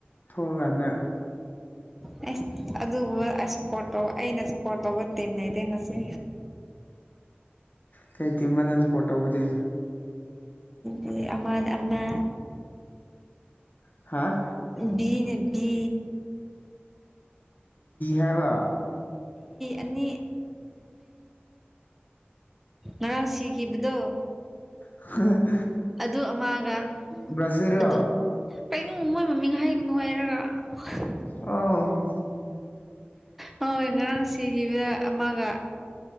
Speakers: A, on the left; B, in the centre.
A: ꯊꯒꯥꯟꯗ
B: ꯑꯁ ꯑꯗꯨꯒꯨꯝꯕ ꯑꯩ ꯁꯞꯄꯣꯔꯠ ꯇꯧ ꯑꯩꯅ ꯁꯞꯄꯣꯔꯠ ꯇꯧꯕ ꯇꯤꯝ ꯅꯩꯗꯦ ꯉꯁꯤ
A: ꯀꯩ ꯀꯤꯝꯕ ꯅꯪ ꯁꯄꯣꯔꯠ ꯇꯧꯕꯗꯤꯦ
B: ꯑꯗꯒꯤ ꯑꯃꯅ ꯑꯃ
A: ꯍꯥ
B: ꯅꯦꯗꯤ
A: ꯍꯕ
B: ꯑꯅꯤ ꯉ ꯁꯤ ꯀꯈꯤꯕꯗꯣ
A: ꯍ
B: ꯑꯗꯨ ꯑꯃꯒ
A: ꯕ꯭ꯔꯥꯖꯤꯜꯔꯣ
B: ꯑꯗꯨ ꯀꯩꯅꯣ ꯃꯣꯏ ꯃꯃꯤꯡ ꯍꯥꯏꯒꯅꯨ ꯍꯥꯏꯔꯒ <unintelligible>
A: ꯑꯣ
B: ꯍꯣꯏ ꯉꯔꯥꯡ ꯁꯤꯈꯤꯕꯗ ꯑꯃꯒ